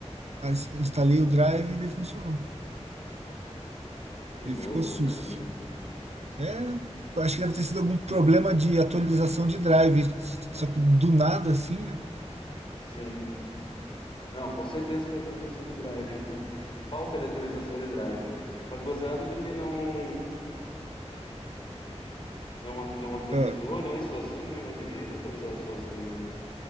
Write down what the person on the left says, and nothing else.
Que
louco
isso, né?
Que-
Sim. Não, com certeza foi atualização de drive aí que não... Falta de atualização de drive, né? Mas gozado que ele não não não atualizou,
né, sozinho, né? Deveria ter atualizado sozinho, né?